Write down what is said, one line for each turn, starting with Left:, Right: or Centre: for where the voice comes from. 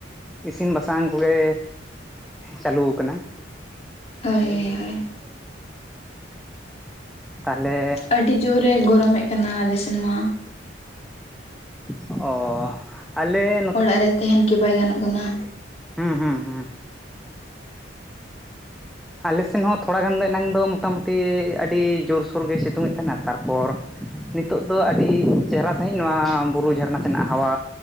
Centre: ᱤᱥᱤᱱ ᱵᱟᱥᱟᱝ ᱠᱚᱜᱮ ᱪᱟᱹᱞᱩ ᱟᱠᱟᱱᱟ᱾
Left: ᱦᱳᱭ ᱦᱳᱭ
Centre: ᱛᱟᱦᱚᱞᱮᱼᱼ
Left: ᱟᱹᱰᱤ ᱡᱳᱨᱮ ᱮ ᱜᱚᱨᱚᱢᱮᱫ ᱠᱟᱱᱟ ᱟᱞᱮ ᱥᱮᱱ ᱢᱟ᱾
Centre: ᱚᱻ ᱟᱞᱮᱼᱼ
Left: ᱚᱲᱟᱜ ᱨᱮ ᱛᱟᱦᱮᱱ ᱠᱤ ᱵᱟᱭ ᱜᱟᱱᱚᱜ ᱠᱟᱱᱟ᱾
Centre: ᱦᱩᱸ ᱦᱩᱸ ᱦᱩᱸ ᱟᱞᱮ ᱥᱮᱱ ᱦᱚᱸ ᱛᱷᱚᱲᱟ ᱜᱟᱱ ᱫᱚ ᱮᱱᱟᱝ ᱫᱚ ᱢᱳᱴᱟ ᱢᱩᱴᱤ ᱟᱹᱰᱤ ᱡᱳᱨᱥᱳᱨ ᱜᱮ ᱥᱤᱛᱩᱝᱮᱫ ᱛᱟᱦᱮᱱᱟ ᱛᱟᱨᱯᱚᱨᱼᱼ ᱱᱤᱛᱚᱜ ᱫᱚ ᱟᱹᱰᱤ ᱪᱮᱦᱨᱟ ᱥᱟᱺᱦᱤᱡ ᱱᱚᱣᱟ ᱵᱩᱨᱩ ᱡᱷᱟᱨᱱᱟ ᱥᱮᱱᱟᱜ ᱦᱟᱣᱟ